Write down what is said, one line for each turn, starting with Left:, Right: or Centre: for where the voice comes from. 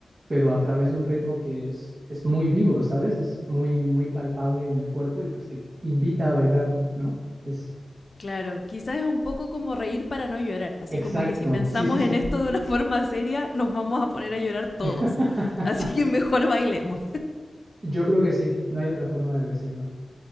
Right: pero a través de un ritmo que es, es muy vivo, ¿sabes? Es muy, muy palpable en el cuerpo y pues que invita a bailar, ¿no? ¿No? Es
Left: Claro, quizás es un poco como reír para no llorar, así
Right: exacto,
Left: como que si pensamos
Right: sí, sí, sí.
Left: en esto de una <laughs> forma seria, nos vamos a poner a llorar todos.
Right: <laughs>
Left: Así que mejor bailemos.
Right: Yo creo que sí, no hay otra forma de decirlo.